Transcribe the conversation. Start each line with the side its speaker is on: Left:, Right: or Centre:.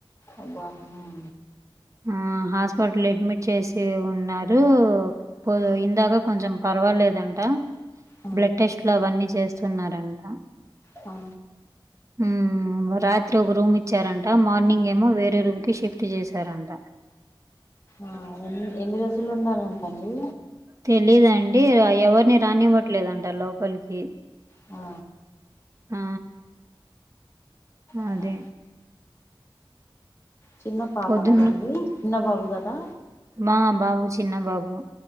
Left: అబ్బా ఉం
Right: ఆ హాస్పిటల్ అడ్మిట్ చేసి ఉన్నారు పోదు ఇందాక కొంచెం పర్వాలేదంట
Left: ఆ
Right: బ్లడ్ టెస్ట్లు అవన్నీ చేస్తున్నారంట
Left: ఆ
Right: ఉం రాత్రి ఒక రూమ్ ఇచ్చారంట మార్నింగ్ ఏమో వేరే రూమ్ కి షిఫ్ట్ చేస్ సరంట
Left: ఆ ఎ ఎన్ని రోజులు ఉండాలంటండి
Right: తెలిదండి ఎవరిని రానివ్వట్లేదంట లోపలికి
Left: ఆ
Right: ఆ
Left: అబ్బా.
Right: అదే
Left: చిన్న పాప
Right: పొద్దున్న
Left: కదండి చిన్న బాబు కదా
Right: మా బాబు చిన్న బాబు